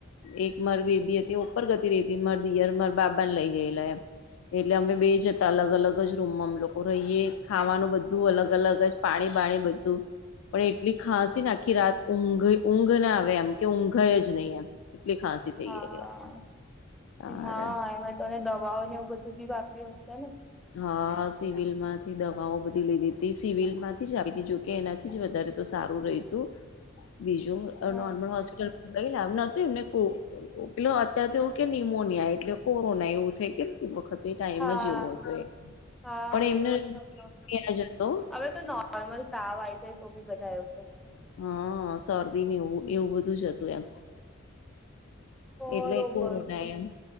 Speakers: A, on the left (about 80°); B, in the centre.
A: એક માર બેબી હતી ઉપર ગતી રેતી મારા દિયર મારા બાબા લઈ ગયેલા એમ એટલે અમે બે જતા અલગ અલગ જ રૂમમાં અ લોકો રહીએ ખાવાનું બ બધું અલગ અલગ જ પાણી બાણી બધું પણ એટલી ખાંસી ને આખી રાત ઊંઘ ઊંઘ ના આવે એમ કે ઊંઘાય જ નહીં એમ એટલી ખાંસી થઈ
B: હા
A: ગયેલી તારે
B: હા એમજ તોને દવાઓને એવું બધું પીવા આપ્યું હશે ને?
A: હા સિવિલ માંથી દવાઓ બધી લીધીતી સિવિલ માંથી જ આવી તી જોકે એના એ જ વધારે તો સારું રેતું બીજું
B: હ
A: નોર્મલ હોસ્પિટલ કઈલા નતું એમને કો <unintelligible> અત્યારે તો એવું કે નિમોનિયા એટલે કોરોના એવું થઈ કે વખતે એ ટાઈમ
B: હા
A: જ એવો હતો એ
B: હા
A: પણ
B: એવું જ હત
A: એમને ત્યાં જ હતો
B: હવે તો નો મન તાવ આય છે, તો બી બધા એવું કે છે.
A: હા શરદીને એવું એવું બધું જ હતું એમ
B: બરોબર
A: એટલે કોરોના
B: છે
A: એમ